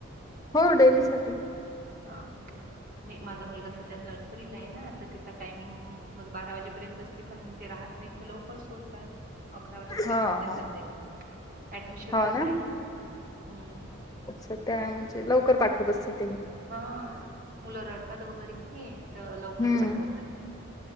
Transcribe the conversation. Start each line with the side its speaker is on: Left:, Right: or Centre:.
Left: हो डेलीसाठी
Right: हाव का नई माझा मुलगा सध्या नर्सरीला आहे ना, तर त्याचा टायमिंग समज बारा वाजेपर्यंत असते पण ते राहत- नाही तर लवकर सोडतात अकरा वाजेपर्यंतच
Left: हा
Right: हाय
Left: हा
Right: सध्या, ऍडमिशन
Left: हो
Right: होईपर्यंत.
Left: ना
Right: हम्म
Left: तर त्या म्हणजे लवकर पाठवत असतीन ते घरी
Right: हां मुलं रडतात वगैरे की नई, तर लवकर
Left: हम्म
Right: पाठवत्यात